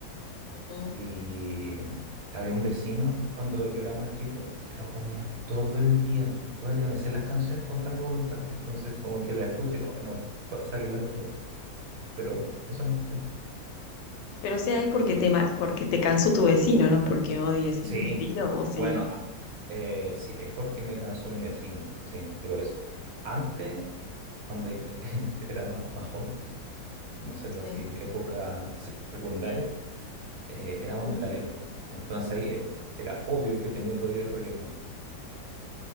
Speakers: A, on the left; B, on the right.
A: Ujú.
B: Y había un vecino cuando yo era más chico que lo ponía todo el día, todo el día. Me sé las canciones contra mi voluntad. Entonces, como que la escucho y digo, "Oh, no, pa- sáquenla por favor. Pero eso no, sí.
A: Pero o sea, es porque te, ma- porque te cansó tu vecino, ¿no? Porque odies
B: Sí,
A: el estilo, o sí.
B: bueno, a- eh, sí, es porque me cansó mi vecino. Sí, sí, por eso. Antes, cuando yo <laughs> era ma- más, joven, no sé, pues
A: Sí.
B: así, época se- secundaria, eh,
A: Ujú.
B: era más metalero. Entonces ahí eh, era obvio que tenía que odiar el reggaetón.